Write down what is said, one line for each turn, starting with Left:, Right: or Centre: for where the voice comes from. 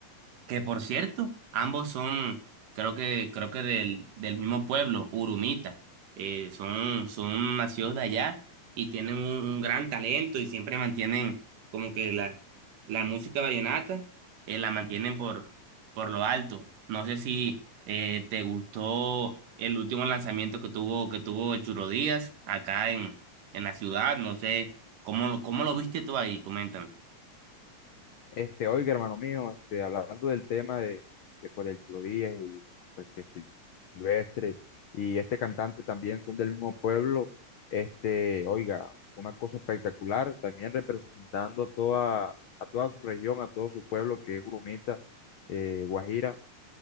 Right: que por cierto, ambos son, creo que, creo que del, del mismo pueblo, Urumita. Eh, son, son nacidos de allá y tienen un, un gran talento y siempre mantienen como que la, la música vallenata, eh, la mantienen por, por lo alto. No sé si eh, te gustó el último lanzamiento que tuvo, que tuvo el Churo Díaz acá en, en la ciudad. No sé cómo, lo- cómo lo viste tú ahí, coméntame.
Left: Este, oiga, hermano mío, este, hablando del tema de, de, pues, del Chilo Díaz y pues que Sil- Silvestre y este cantante también son del mismo pueblo, este, oiga, una cosa espectacular, también representando a toda, a toda su región, a todo su pueblo que es Urumita, eh, Guajira.